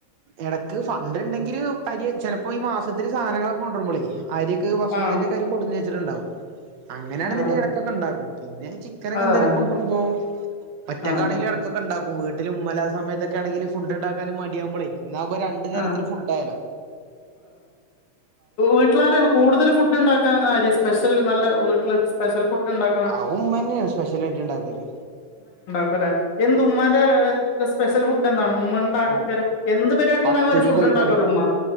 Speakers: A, on the right (about 65°); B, on the left (about 80°).
A: എടക്ക് ഫണ്ട് ഇണ്ടാങ്കില് പര്യ ചിലപ്പോ ഈ മാസത്തില് സാധനങ്ങളൊക്കെ കൊണ്ടുവരുമ്പോളേ അരി ഒക്കെ ബസ്മതിന്റെ
B: ആഹ്
A: അരി ഒക്കെ കൊടു ന്ന് വെച്ചിട്ടുണ്ടാവും അങ്ങനെയാണേന്ന്
B: ആഹ്
A: ഇണ്ടേൽ ഇടക്കൊക്കെ ഉണ്ടാകും പിന്നെ ചിക്കനൊക്കെ
B: അതെ
A: എന്തെലും ഒക്കെ കൊണ്ടിരുമ്പോ ഒറ്റക്കണെങ്കിലും
B: ആഹ്
A: ഇടക്കഓക്കേ ഉണ്ടാക്കും വീട്ടിൽ ഉമ്മ ഇല്ലത്ത സമയത്തൊക്കെ ആണേങ്കില് ഫുഡ് ഉണ്ടാക്കാൻ മടിയാകുമ്പോഴേ ഇന്നാമ്പോ രണ്ടു നേരത്തിന്
B: ആഹ്
A: ഫുഡ് ആയാല്ലോ
B: വീട്ടില് ആരാണ് കൂടുതൽ ഫുഡ് ഉണ്ടാക്കാ ആര് സ്പെഷ്യൽ നല്ല വീട്ടില് സ്പെഷ്യൽ ഫുഡ് ഇണ്ടാക്കണ
A: അത് ഉമ്മാന്നെയാണ് സ്പെഷ്യലായിട്ട് ഇണ്ടാക്കല്
B: തന്നെ എന്ത് ഉമ്മാന്റെ സ്പെഷ്യൽ ഫുഡ് എന്താണ് ഉമ്മ ഉണ്ടാക്കല്
A: ഓ
B: എന്ത് പരിപാടി
A: പത്തിരിയും
B: ഉണ്ടാവുമ്പോഴും ഒരു ഫുഡ്
A: കോഴിക്കറിയും
B: ഉണ്ടാക്കല്ലോ ഉമ്മാ